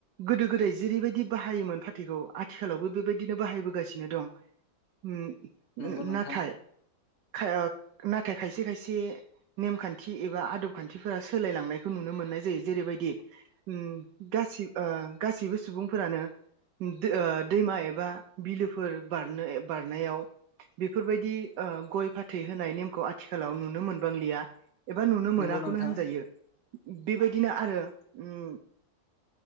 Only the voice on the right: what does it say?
गोदो गोदाय जेरैबायदि बाहायोमोन फाथैखौ आथिखालावबो बेबायदिनो बाहायबोगासिनो दं ओम
नाथाय थाओ नाथाय खायसे खायसे नेमखान्थि एबा खान्थिफोरा सो सोलायलांनायखौ नुनो मोननाय जायो जेरैबायदि ओम गासै ओ गासैबो सुबुंफोरानो ओ दैमा एबा बिलोफोर बारनो बारनायाव बेफोरबायदि ओ गय फाथै होनाय नेमखौ आथिखालाव नुनो मोन बांलिया एबा नुनो मोना
खौनो
होनजायो बेबायदिनो आरो ओम